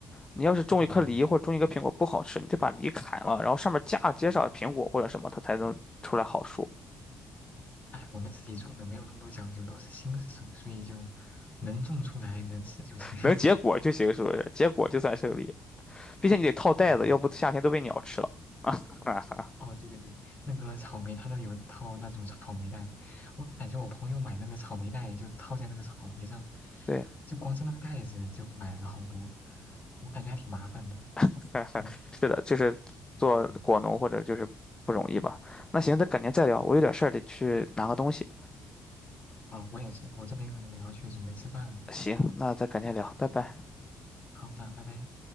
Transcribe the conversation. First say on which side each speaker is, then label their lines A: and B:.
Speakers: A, on the left; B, on the left.
A: 你要是种一颗梨或者种一个苹果不好吃，
B: 嗯。
A: 你得把梨砍了，然后上面架接上苹果或者什么，它才能出来好树，
B: 哎，我们自己种的没有那么多讲究，都是新手，所以就能种出来能吃就行。<laughs>
A: 能结果就行，是不是？结果就算是个梨，
B: 对
A: 并且你得套袋子，
B: 对对对对对
A: 要不夏天都被鸟吃了。<laughs> 哈哈，
B: 哦，对对对，那个草莓它都有套那种草莓袋，我感觉我朋友买那个草莓袋就套在那个草莓上，
A: 对，
B: 就光是那个袋子就买了好多，我感觉还挺麻烦的。
A: <laughs>
B: 嗯
A: 是的，就是做果农或者就是不容易吧。
B: 嗯，
A: 那行，那改天再聊，我有点事儿得去拿个东西。
B: 啊、我也是，我这边可能得要去准备吃饭了。
A: 行，那再改天聊，拜拜。
B: 好，那拜拜。